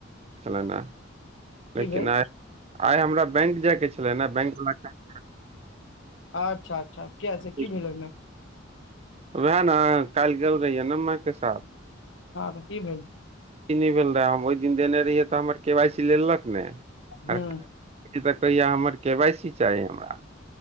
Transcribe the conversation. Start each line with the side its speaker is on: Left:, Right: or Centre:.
Right: छल लेकिन
Left: की भेल
Right: आइ आइ हमरा बैंक जाय के छले ने बैंक वाला काज
Left: अच्छा अच्छा कीया
Right: काल्हि
Left: से की भेल ओइमे
Right: वएह ने काल्हि गेल रहहियै न माँ के साथ
Left: हँ तऽ की भेल
Right: की नहि भेल रहै हम ओहि दिन देने रहियै तऽ हमर के वाइ सी लेलक ने आर
Left: हूँ
Right: काल्हि ई तऽ कहिय हमर के वाइ सी चाही हमरा